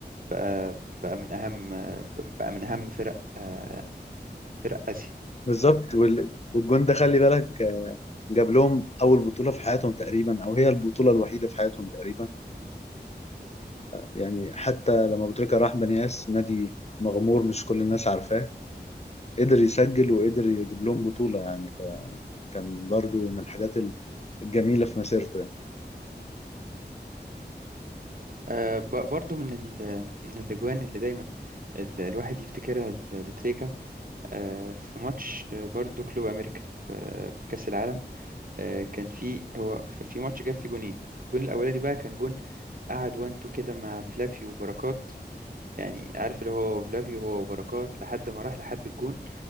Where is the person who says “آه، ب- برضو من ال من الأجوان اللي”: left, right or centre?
Right